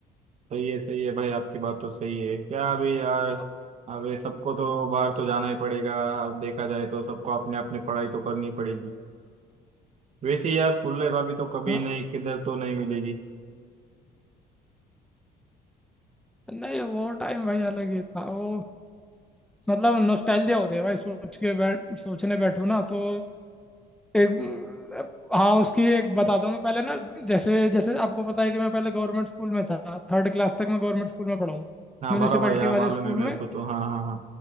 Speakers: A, on the right; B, in the centre.
A: सही है सही है भाई आपकी बात तो सही है क्या अभी यार
B: अब-
A: अभी सबको तो बाहर तो जाना ही पड़ेगा अब देखा जाए तो सबको अपने अपने पढ़ाई तो करनी पड़ेगी वैसे यार स्कूल लाइफ अभी तो कभी
B: हाँ
A: नहीं किधर तो नहीं मिलेगी
B: नहीं वो टाइम भाई अलग ही था वो मतलब नॉस्टैल्जिया होती है भाई सोच के बैठ सोचने बैठो ना तो एक हाँ उसकी एक बताता हूँ मैं पहले ना जैसे जैसे आपको पता है कि मैं पहले गवर्नमेंट स्कूल में था थर्ड क्लास तक मैं गवर्नमेंट स्कूल में पढ़ा हूँ
A: हाँ
B: म्यूनिसिपैलिटी
A: बराबर यार
B: वाले
A: मालूम
B: स्कूल
A: है मेरे
B: में
A: को तो हाँ हाँ